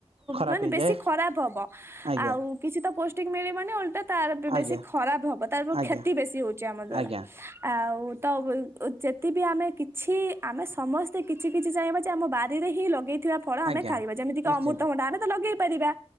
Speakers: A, on the right (about 60°); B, on the right (about 20°).
A: ଖରାପ
B: ମାନେ
A: ହେଇଯାଏ
B: ବେଶୀ ଖରାପ ହବ।
A: ଆଜ୍ଞା
B: ଆଉ କିଛି ତ ପୌଷ୍ଟିକ ମିଳିବନି ଓଲଟା ତାର ବି
A: ଆଜ୍ଞା
B: ବେଶୀ ଖରାପ ହବ। ତାର
A: ଆଜ୍ଞା
B: କ୍ଷତି ବେଶୀ ହଉଛି ଆମ ଦ୍ଵାରା।
A: ଆଜ୍ଞା
B: ଆଉ ତ ଯେତ ବିି ଆମେ କିଛି ଆମେ ସମସ୍ତ ତ କିଛି କିଛି ଚାହିଁବା ଯେ ଆମ ବାରିରେ ହିଁ ଲଗେଇ ଥିବା ଫଳ
A: ଆଜ୍ଞା
B: ଆମେ
A: ଆଜ୍ଞା
B: ଖାଇବା। ଯେମିତି କିି
A: ନିଶ୍ଚିନ୍ତ
B: ଅମୃତଭଣ୍ଡା ଆମେ ତ ଲଗେଇ ପାରିବା।